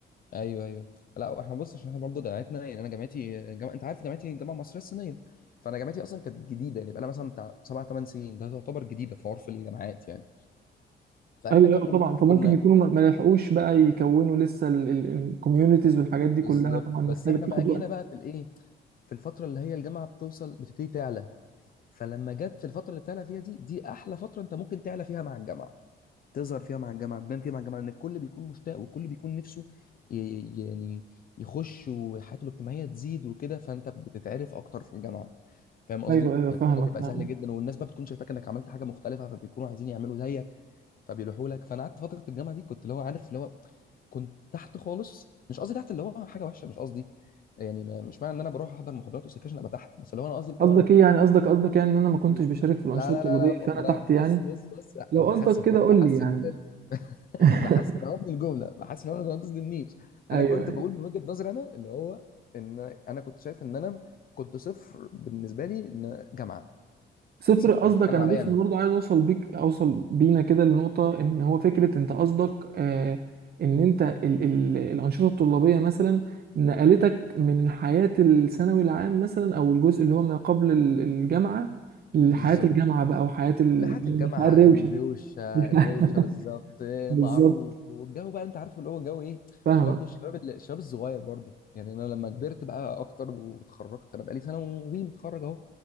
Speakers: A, on the left; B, on the right.
A: ايوه ايوه لا احنا بص عشان احنا برضه جامعتنا يعني انا جامعتي جامعة انت عارف جامعتي الجامعه المصريه الصينيه فانا جامعتي اصلا كانت جديده يعني بقى لها مثلا بتاع سبع ثمان سنين ده تعتبر جديده في عرف الجامعات يعني فاحنا
B: أيوه أيوه
A: كطلاب
B: طبعا فممكن
A: كنا
B: يكونوا ما ما لحقوش بقى يكونوا لسه الكوميونيتيز والحاجات دي كلها
A: بالظبط
B: طبعا محتاجة
A: بس احنا
B: بتاخد
A: بقى جينا
B: وقت
A: بقى في الايه في الفتره اللي هي الجامعه بتوصل بتبتدي تعلى فلما جت في الفتره اللي بتعلى فيها دي دي احلى فتره انت ممكن تعلى فيها مع الجامعه تظهر فيها مع الجامعه تبان فيها مع الجامعه لان الكل بيكون مشتاق والكل بيكون نفسه ي- يعني يخش وحياته الاجتماعيه تزيد وكده فانت بتتعرف اكتر في الجامعه فاهم قصدي؟
B: أيوه أيوه
A: يعني
B: فاهمك
A: الموضوع بيبقى
B: فاهمك
A: سهل جدا والناس بقى بتكون شايفاك انك عملت حاجه مختلفه فبيكونوا عايزين يعملوا زيك فبيروحوا لك فانا قعدت فتره الجامعه دي كنت اللي هو عارف اللي هو كنت تحت خالص مش قصدي تحت اللي هو حاجه وحشه مش قصدي يعني ما مش معنى ان انا بروح احضر محاضرات وسكاشن ابقى تحت بس اللي هو انا قصدي اللي
B: قصدك
A: هو انا
B: إيه يعني قصدك قصدك يعني إن أنا ما كنتش
A: لا
B: بشارك في الأنشطة
A: لا
B: الطلابية
A: لا لا لا
B: فأنا
A: ما انا
B: تحت يعني
A: بص بص بص لا
B: لو
A: انا بحس
B: قصدك
A: ان
B: كده
A: هو
B: قول
A: بحس
B: لي يعني
A: ان من ال...
B: <laughs>
A: <laughs> بحس ان هو من الجمله بحس ان هو ما تظلمنيش
B: أيوه
A: انا كنت بقول من وجهه نظري انا اللي هو ان انا كنت شايف ان انا كنت صفر بالنسبه لي ان جامعه
B: صفر
A: كانت صفر
B: قصدك
A: انا بتكلم
B: انا
A: عليا
B: بس
A: انا
B: برضه عايز اوصل بيك اوصل بينا كده لنقطه ان هو فكره
A: م.
B: انت قصدك آه ان انت ال ال الانشطه الطلابيه مثلا نقلتك من حياه الثانوي العام مثلا او الجزء اللي هو ما قبل ال- الجامعه لحياه
A: بالظبط
B: الجامعه بقى وحياه ال-
A: لحقت الجامعه
B: الحياه الروشه
A: الروشه
B: <laughs>
A: الروشه بالظبط إيه،
B: بالظبط
A: معروف والجو بقى انت عارفه اللي هو جو ايه
B: فاهمك
A: برضه الشباب ال- الشباب الصغير برضه يعني انا لما كبرت بقى اكتر واتخرجت انا بقالي سنه وي متخرج